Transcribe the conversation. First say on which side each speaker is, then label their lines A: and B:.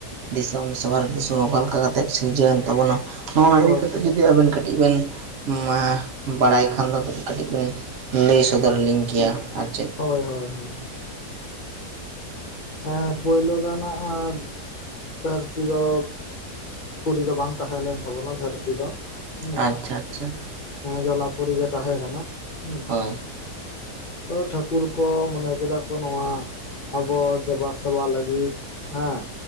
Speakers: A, on the right (about 60°); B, on the left (about 70°).
A: ᱫᱤᱥᱚᱢ ᱥᱮ ᱵᱷᱟᱨᱚᱛ ᱫᱤᱥᱚᱢ ᱚᱠᱟ ᱞᱮᱠᱟ ᱠᱟᱛᱮᱫ ᱥᱤᱨᱡᱟᱹᱣᱮᱱ ᱛᱟᱵᱚᱱᱟ? ᱱᱚᱜᱼ ᱱᱟ ᱤᱫᱤ
B: ᱦᱳᱭ
A: ᱠᱟ ᱠᱟᱛᱮᱫ ᱡᱩᱫᱤ ᱟᱵᱮᱱ ᱠᱟᱹᱴᱤᱡ ᱵᱮᱱ ᱢᱟ ᱵᱟᱲᱟᱭ ᱠᱷᱟᱱ ᱫᱚ ᱠᱟᱹᱴᱤᱡ ᱵᱤᱱ ᱞᱟᱹᱭ ᱥᱚᱫᱚᱨ ᱞᱤᱧ ᱠᱮᱭᱟ, ᱟᱨ ᱪᱮᱫ
B: ᱦᱳᱭ ᱦᱳᱭ ᱦᱳᱭ ᱦᱮᱸ ᱯᱳᱭᱞᱳ ᱫᱚᱱᱟᱜ ᱫᱷᱟᱹᱨᱛᱤ ᱫᱚ ᱯᱩᱨᱤ ᱫᱚ ᱵᱟᱝ ᱛᱟᱦᱮᱸ ᱞᱮᱱ ᱛᱟᱵᱚᱱᱟ ᱫᱷᱟᱹᱨᱛᱤ ᱫᱚ᱾ ᱦᱩᱸ
A: ᱟᱪᱪᱷᱟ ᱟᱪᱪᱷᱟ
B: ᱡᱚᱞᱟᱯᱩᱨᱤ ᱜᱮ ᱛᱟᱦᱮᱸ ᱠᱟᱱᱟ᱾ ᱦᱩᱸ
A: ᱦᱳᱭ᱾
B: ᱛᱚᱵᱮ ᱴᱷᱟᱹᱠᱩᱨ ᱠᱚ ᱢᱚᱱᱮ ᱠᱮᱫᱟ ᱠᱚ ᱱᱚᱣᱟ ᱟᱵᱚ ᱫᱮᱵᱟ ᱥᱮᱵᱟ ᱞᱟᱹᱜᱤᱫ ᱦᱮᱸ